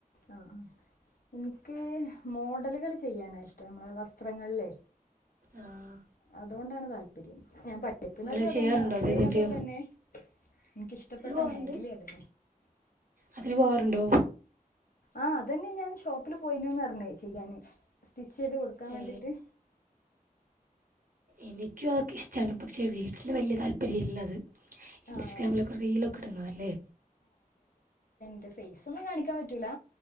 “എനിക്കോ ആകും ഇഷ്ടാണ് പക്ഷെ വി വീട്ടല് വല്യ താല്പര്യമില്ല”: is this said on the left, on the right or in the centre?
Right